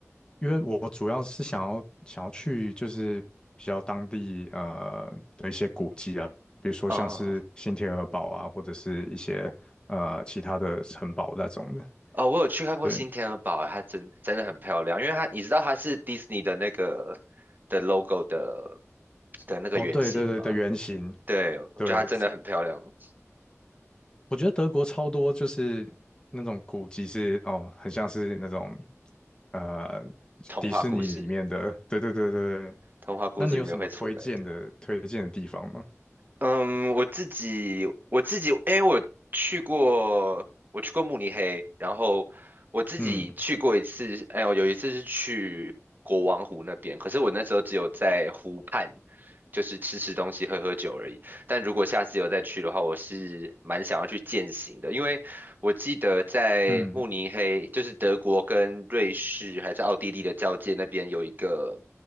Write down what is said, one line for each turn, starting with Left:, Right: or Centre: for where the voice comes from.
Left: 因为我主要是想要想要去就是比较当地呃的一些古迹啊，比如说像是新天鹅堡啊，
Right: 啊
Left: 或者是一些呃其他的城堡那种的。
Right: 哦，我有去看过新天鹅堡啊，
Left: 对，
Right: 它真真的很漂亮，因为它你知道它是迪士尼的那个的 logo 的的那个原型吗？
Left: 哦，对对对的原型，
Right: 对，我觉得它真的很漂亮，
Left: 对，我觉得德国超多就是那种古迹是哦，很像是那种呃
Right: 童话故事，
Left: 迪士尼里面的，对对对对。
Right: 童话故事里面会出来的。
Left: 那你有什么推荐的推荐的地方吗？
Right: 嗯，我自己我自己，因为我去过我去过慕尼黑，然后我自己去过一次，
Left: 嗯
Right: 哎，我有一次是去国王湖那边，可是我那时候只有在湖畔，就是吃吃东西、喝喝酒而已。但如果下次有再去的话，我是蛮想要去践行的，因为我记得在慕尼黑，
Left: 嗯。
Right: 就是德国跟瑞士还是奥地利的交界那边有一个。